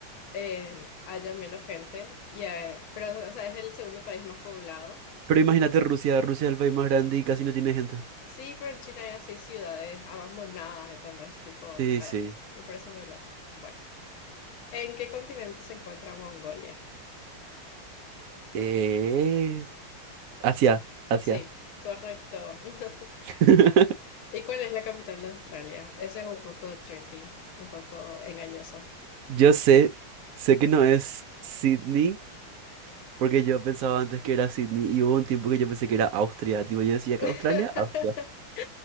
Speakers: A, on the left; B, on the right.
A: eh, haya menos gente, y, eh, pero o sea, es el segundo país más poblado.
B: Pero imagínate Rusia, Rusia es el país más grande y casi no tiene gente.
A: Sí, pero en China hay así ciudades abandonadas, entonces, tipo,
B: Sí,
A: eh,
B: sí.
A: me parece muy loco. Bueno, ¿en qué continente se encuentra Mongolia?
B: Eh, Asia, Asia.
A: Sí, correcto. <laughs>
B: <laughs>
A: ¿Y cuál es la capital de Australia? Ese es un poco tricky, un poco engañoso.
B: Yo sé, sé que no es Sydney. Porque yo pensaba antes que era Sydney y hubo un tiempo que yo pensé que era Austria. Tipo, yo decía
A: <laughs>
B: que Australia, Austria.